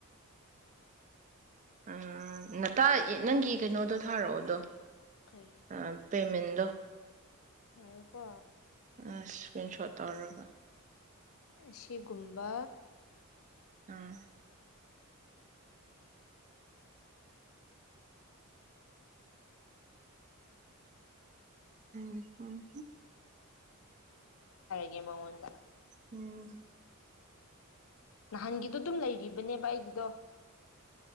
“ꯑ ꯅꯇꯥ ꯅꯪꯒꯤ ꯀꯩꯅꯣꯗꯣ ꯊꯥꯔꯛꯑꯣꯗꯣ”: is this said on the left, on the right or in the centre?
Right